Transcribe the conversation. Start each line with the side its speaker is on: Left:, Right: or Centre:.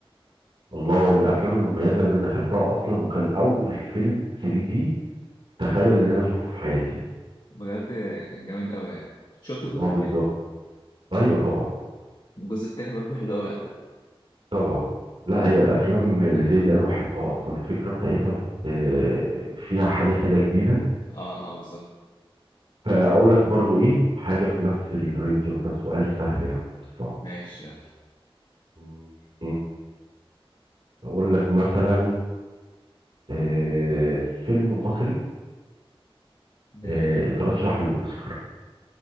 Right: الله هو من الافلام المميزه اللي انا دخلتها اصلا وكان اول فيلم 3 دي تخيل ان انا اشوفه في حياتي
Left: بجد كان جامد قوي يعني شفت الجزء
Right: اه
Left: التاني
Right: بالظبط ايوه طبعا
Left: الجزء التاني برضه حلو قوي على فكرة
Right: طبعا لا
Left: اه
Right: هي الافلام اللي زي دي انا بحبها اصلا الفكره بتاعتها بت... آه، فيها حاجه كده جديده
Left: اه آه، بالظبط
Right: فاقول لك برضو ايه حاجه في نفس الرينج مثلا سؤال سهل يا عم مش صعب
Left: ماشي يلا
Right: مم. اقول لك مثلا آه، فيلم مصري
Left: ماشي
Right: آه، اترشح للاوسكار